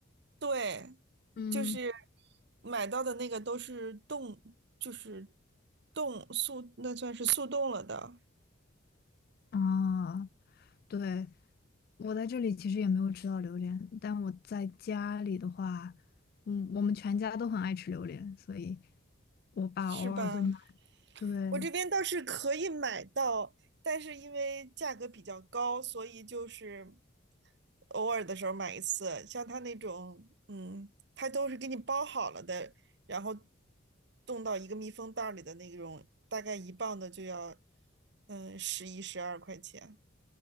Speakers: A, on the right (about 60°); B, on the left (about 50°).
A: 对，
B: 嗯，
A: 就是买到的那个都是冻，就是冻速，那算是速冻了的，
B: 啊。对，我在这里其实也没有吃到榴莲，但我在家里的话，嗯，我们全家都很爱吃榴莲，所以我爸偶尔会买。
A: 是吧？
B: 对，
A: 我这边倒是可以买到，但是因为价格比较高，所以就是偶尔的时候买一次，像它那种，嗯，它都是给你包好了的，然后冻到一个密封袋儿里的那种，大概一磅的就要，嗯，十一十二块钱。